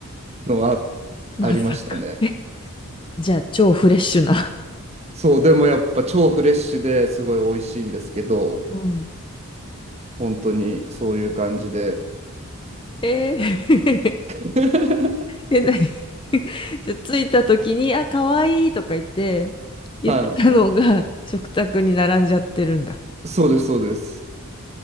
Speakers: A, on the right (about 30°); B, on the left (about 20°).
A: のはありましたね。
B: まさか。え、じゃあ、超フレッシュな。
A: そう、でもやっぱ超フレッシュですごい美味しいんですけど、
B: うん。
A: 本当にそういう感じで。
B: えー
A: <laughs>
B: え、なに <laughs> じゃ、着いた時に、あ、かわいいとか言って、言ってたのが食卓に並んじゃってるんだ。
A: はい。そうです、そうです。